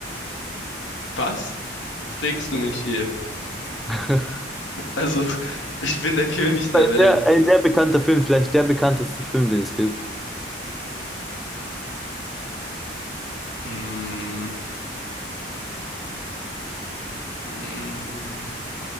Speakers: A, on the left; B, in the centre.
A: Was fragst du mich hier?
B: <laughs>
A: Also, <laughs> ich bin der König der
B: Ein
A: Welt.
B: sehr, ein sehr bekannter Film, vielleicht der bekannteste Film, den es gibt.
A: Hm, hm.